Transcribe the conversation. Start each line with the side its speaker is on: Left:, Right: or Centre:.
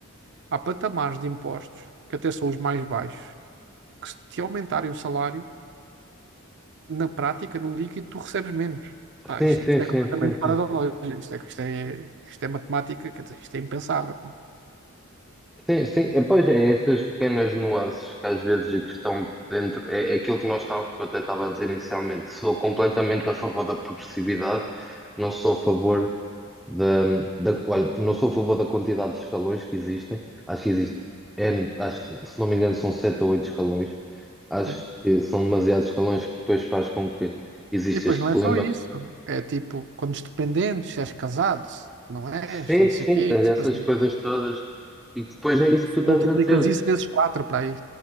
Right: há patamares de impostos que até são os mais baixos, que se te aumentarem o salário na prática, no líquido, tu recebes menos. Pá,
Centre: sim,
Right: isto,
Centre: sim,
Right: isto
Centre: sim,
Right: é completamente
Centre: sim, sim.
Right: fora da lógica. Isto é, isto é, isto é matemática, quer dizer, isto é impensável.
Centre: Sim, sim, é, pois é, é essas pequenas nuances que às vezes e que estão dentro, é, é aquilo que nós tá- que eu até estava a dizer inicialmente, sou completamente a favor da progressividade, não sou a favor da, da- olha, não sou a favor da quantidade de escalões que existem, acho que existe, N, acho que, se não me engano são sete ou oito escalões, acho
Right: Sim.
Centre: que são demasiados escalões que depois faz com que exista
Right: E depois
Centre: este
Right: não
Centre: problema.
Right: é só isso. É tipo, quando és dependente, se és casado, se não és,
Centre: Sim,
Right: não
Centre: sim,
Right: sei o quê.
Centre: tens
Right: Tipo
Centre: essas
Right: assim,
Centre: coisas todas, e que depois é isso que tu estás
Right: multiplicas
Centre: a dizer.
Right: isso vezes 4 para aí.